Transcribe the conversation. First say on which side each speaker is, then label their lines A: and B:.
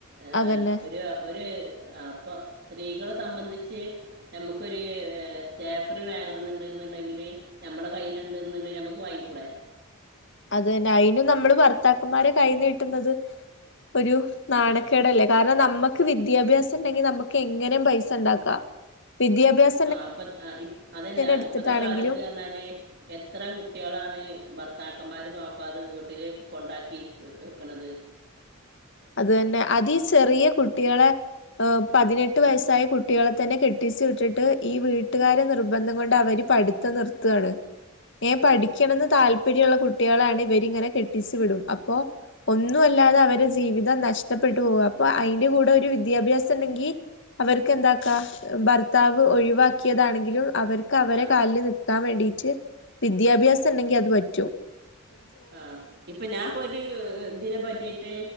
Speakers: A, on the right; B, on the left.
A: ഏഹ്
B: അതന്നെ
A: ഒരു ഒരു അപ്പൊ സ്ത്രീകളെ സംബന്ധിച്ച് ഞമുക്കൊരു സ്റ്റേഫ്രീ വാങ്ങണ എന്നണ്ട് എന്നുണ്ടെങ്കില് ഞമ്മള കയ്യിലുണ്ട് ന്ന് ണ്ടെങ്കില് നമുക്ക് വാങ്ങിക്കൂടേ
B: അത് തന്നെ അയിനും നമ്മള് ഭർത്താക്കന്മാരെ കൈ നീട്ടുന്നത് ഒരു നാണക്കേടല്ലേ
A: ആ
B: കാരണം നമുക്ക് വിദ്യാഭ്യാസം ഇണ്ടെങ്കിൽ നമുക്ക് എങ്ങനെയും പൈസ ഇണ്ടാക്കാം വിദ്യാഭ്യാസ
A: ആഹ് അപ്പ ഇ അതല്ല
B: എടുത്തിട്ടാണെങ്കിലും
A: ഇപ്പത്തെ കാലത്ത് പറഞ്ഞാല് എത്ര കുട്ടികളാണ് ഭർത്താക്കന്മാര് നോക്കാതെ വീട്ടില് കൊണ്ടാക്കി വെക്കണത്
B: അത് തന്നെ അതി ചെറിയ കുട്ടികളെ പതിനെട്ട് വയസ്സായ കുട്ടികളെ തന്നെ കെട്ടിച്ചു വിട്ടിട്ട് ഈ വീട്ടുകാരെ നിർബന്ധം കൊണ്ട് അവര് പഠി പ്പ് നിർത്തുകയാണ് ന്നെ പഠിക്കണെന്ന് താല്പര്യമുള്ള കുട്ടികളാണ് ഇവരിങ്ങനെ കെട്ടിച്ചു വിടും അപ്പ് പ്പോഒന്നും അല്ലാതെ അവര് ജീവിതം നഷ്ടപ്പെട്ടു പോവ അപ്പൊ അതിന്റെ കൂടെ ഒരു വിദ്യാഭ്യാസം ഇണ്ടെങ്കി അവർക്ക് എന്താക്കാ ഭർത്താവ് ഒഴിവാക്കിയതാണെങ്കിലും അവർ അവരെ
A: ആ
B: കാലിൽ നിൽക്കാൻ വേണ്ടീട്ട് വിദ്യാഭ്യാസം ഉണ്ടെങ്കിൽ അത്പറ്റും
A: ആഹ് ഇപ്പൊ ഞാൻപ്പൊ ഒരു ദിനം പറ്റിട്ട്